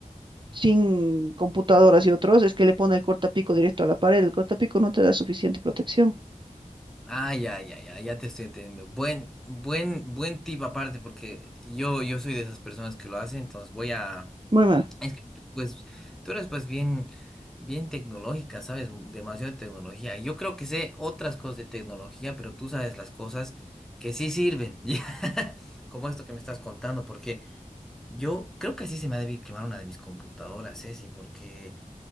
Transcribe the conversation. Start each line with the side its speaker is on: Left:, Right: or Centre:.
Right: sin computadoras y otros es que le pone el cortapico directo a la pared. El cortapico no te da suficiente protección.
Centre: ah, ya, ya, ya, ya te estoy entendiendo. Buen, buen, buen tip aparte, porque yo, yo soy de esas personas que lo hacen, entonces voy a
Right: Muy mal.
Centre: Es que, pues, tú eres pues bien, bien tecnológica, sabes m- demasiado de tecnología. Yo creo que sé otras cosas de tecnología, pero tú sabes las cosas que sí sirven, <laughs> ya, como esto que me estás contando, porque yo creo que así se me ha debido quemar una de mis computadoras, Ceci, porque